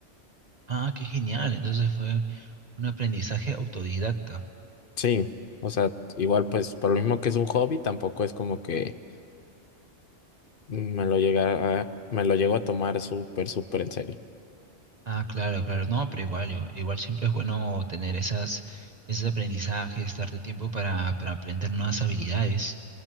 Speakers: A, on the right; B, on the left.
A: Ah, qué genial. Entonces fue un aprendizaje autodidacta.
B: Sí, o sea, igual pues por lo mismo que es un hobby, tampoco es como que me lo llega a- me lo llego a tomar súper, súper en serio.
A: Ah, claro, claro. No, pero igual, i- igual siempre es bueno tener esas, esos aprendizajes, darte tiempo para, para aprender nuevas habilidades.